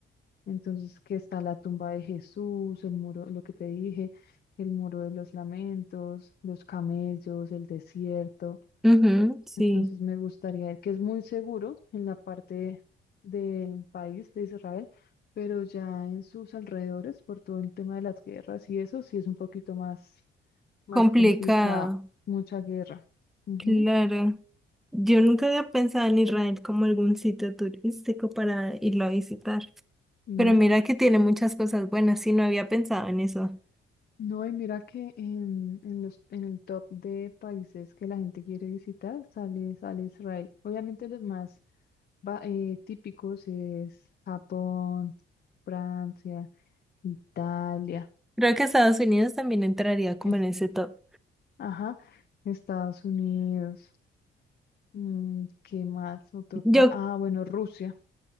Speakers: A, on the left; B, in the centre.
A: Entonces, que está la tumba de Jesús, el muro, lo que te dije, el muro de los lamentos, los camellos, el desierto.
B: Ujú, sí.
A: Entonces, me gustaría ir, que es muy seguro en la parte del país de Israel, pero ya en sus alrededores, por todo el tema de las guerras y eso, sí es un poquito más, más
B: Complicado.
A: complicado, mucha guerra. Ujú,
B: Claro. Yo nunca había pensado en Israel como algún sitio turístico para irlo a visitar,
A: ¿No?
B: pero mira que tiene muchas cosas buenas y no había pensado en eso.
A: No, y mira que en, en los, en el top de países que la gente quiere visitar sale, sale Israel. Obviamente los más va- eh, típicos es Japón, Francia, Italia,
B: Creo que Estados Unidos también entraría como
A: es,
B: en ese top.
A: ajá, Estados Unidos. mm, ¿qué más? Otro país.
B: Yo,
A: Ah, bueno, Rusia.